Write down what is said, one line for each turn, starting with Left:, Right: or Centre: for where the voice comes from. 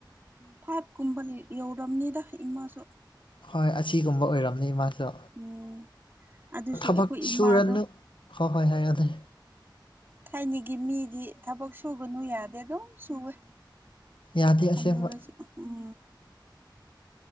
Right: five ꯀꯨꯝꯕ ꯌꯧꯔꯕꯝꯅꯤꯗ ꯏꯃꯥꯁꯨ
Left: ꯍꯣꯏ ꯑꯁꯤꯒꯨꯝꯕ ꯑꯣꯏꯔꯝꯅꯤ ꯃꯥꯁꯨ
Right: ꯎꯝ ꯑꯗꯨꯁꯨ
Left: ꯊꯕꯛ
Right: ꯑꯩꯈꯣꯏ ꯏꯃꯥꯗꯣ
Left: ꯁꯨꯔꯅꯨ ꯍꯣꯏ ꯍꯣꯏ ꯌꯥ ꯑꯗꯨꯅꯤ
Right: ꯊꯥꯏꯅꯒꯤ ꯃꯤꯗꯤ ꯊꯕꯛ ꯁꯨꯒꯅꯨ ꯌꯥꯗꯦ ꯑꯗꯨꯝ ꯁꯨꯋꯦ
Left: ꯌꯥꯗꯦ ꯑꯁꯦꯡꯕ
Right: ꯑꯅꯨꯔ ꯎꯝ